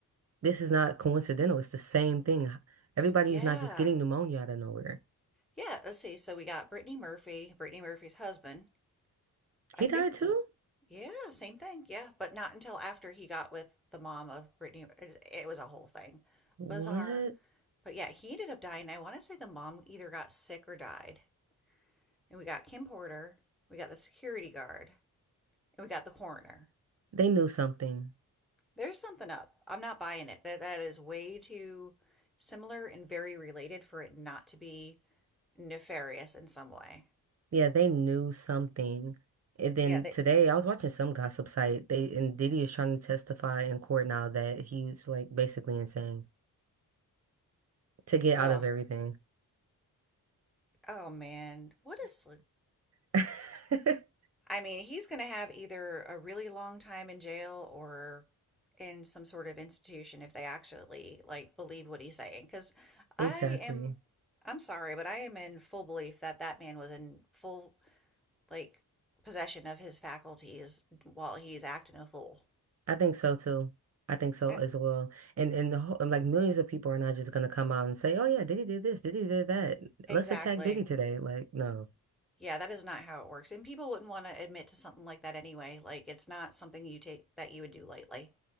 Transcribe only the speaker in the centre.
Yeah.
Yeah, let's see. So we got Brittany Murphy, Brittany Murphy's husband. I
think,
mm, yeah, same thing. Yeah, but not until after he got with the mom of Brittany. It, it was a whole thing.
Bizarre. But yeah, he ended up dying. I want to say the mom either got sick or died. And we got Kim Porter, we got the security guard, and we got the coroner.
There's something up. I'm not buying it. That that is way too similar and very related for it not to be nefarious in some way.
Yeah, they
well,
oh man, what is
I mean, he's going to have either a really long time in jail or in some sort of institution if they actually like believe what he's saying. Because I
am, I'm sorry, but I am in full belief that that man was in full like possession of his faculties while he's acting a fool.
Yeah,
exactly.
Yeah, that is not how it works. And people wouldn't want to admit to something like that anyway. Like it's not something you take that you would do lightly.